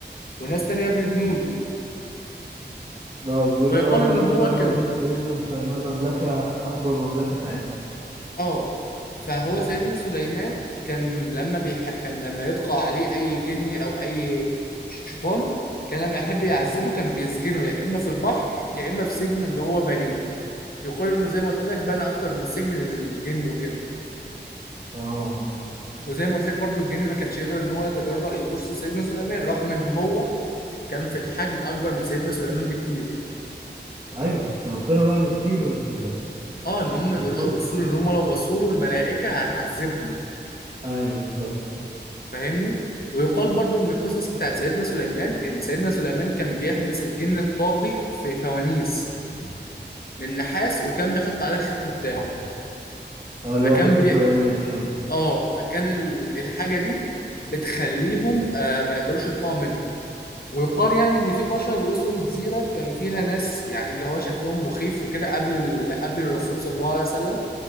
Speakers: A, on the left; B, on the right.
A: وناس تانية بيبنوا له
B: لو بيقول ان
A: فيقال
B: هو بنوا
A: ان هو
B: بنوا
A: كان
B: سيدنا سليمان مملكه اكبر مملكه ساعتها
A: اه فهو سيدنا سليمان كان لما بيح... كان لما يطغى عليه اي جني او اي شيطان كان لما يحب يعذبه كان بيسجنه يا اما في البحر يا اما في سجن اللي هو بنيه يقال انه زي ما قلت لك بنى اكتر من سجن للجن وكده
B: اه
A: وزي ما قلت لك برضو الجن ما كانش يقدر ان هو يتجرأ يبص سيدنا سليمان رغم ان هو كان في الحجم اكبر من سيدنا سليمان بكتير
B: ايوه بس ربنا بقى مديله ال-
A: اه ان هم ما
B: القوه
A: يقدروش يبصوا له ان هم لو بصوا له الملائكه هتعذبهم
B: ايوه بالظبط
A: فاهمني ويقال برضو من القصص بتاعت سيدنا سليمان ان سيدنا سليمان كان بيحبس الجن الطاغي في فوانيس من نحاس وكان بيحط عليه الختم بتاعه
B: اه اللي
A: فكان
B: هو ختم
A: بي
B: سليمان اه
A: اه فكان ال- الحاجة دي بتخليهم آه ما يقدروش يطلعوا منها ويقال يعني ان في بشر وصلوا لجزيرة كان فيها ناس يعني اللي هو شكلهم مخيف وكده قبل ال... قبل الرسول صلى الله عليه وسلم